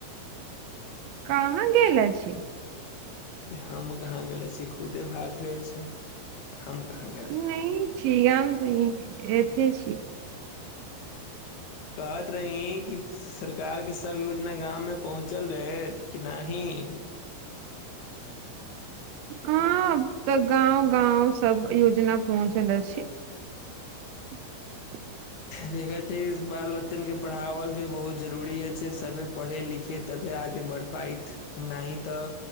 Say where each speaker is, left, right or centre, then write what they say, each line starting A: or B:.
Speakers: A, on the right; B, on the left.
A: कहाँ गेल अछि?
B: रे हम कहाँ गेले अछि, खुदे भाग गे छै हम कहाँ गेल?
A: नइ छी गाम एथे छी <unintelligible>
B: कहत रहीं की सरकारके सब योजना गाममे पहुँचल रहैत की नाहिं?
A: हँ तऽ गाँंव गाँंव सब योजना पहुँचल अछि <inaudible>
B: देखे छै बाल बच्चनके पढ़ाबैके बहुत जरुरी होइ छै सभे पढ़े लिखै तबे आगे बढ़ पाइत नाहि तऽ